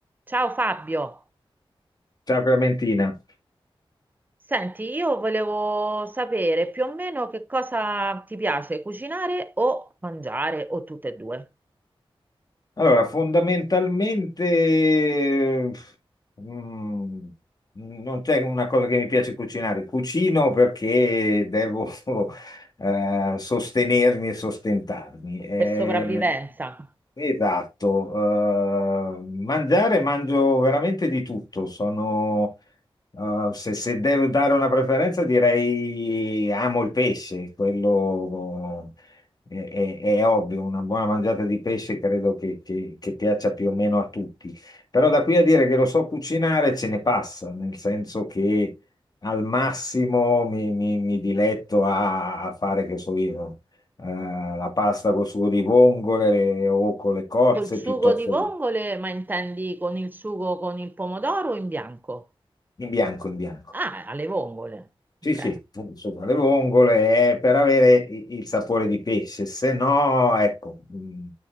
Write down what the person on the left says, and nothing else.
Ciao Clementina.
Allora, fondamentalmente eh, mm, non c'è una cosa che mi piace cucinare. Cucino perché devo <laughs> eh, sostenermi e sostentarmi. Eh,
esatto. Eh, mangiare, mangio veramente di tutto. Sono, eh, se, se devo dare una preferenza, direi amo il pesce, quello È, è- è ovvio, una buona mangiata di pesce credo che, che- che piaccia più o meno a tutti. Però da qui a dire che lo so cucinare ce ne passa, nel senso che al massimo mi, mi- mi diletto a, a fare, che so io, no? Eh, la pasta col sugo di vongole le- o con le cozze
piuttosto
che-
in bianco, in bianco.
Sì,
sì, insomma, le vongole è per avere i- il sapore di pesce, se no, ecco, mh,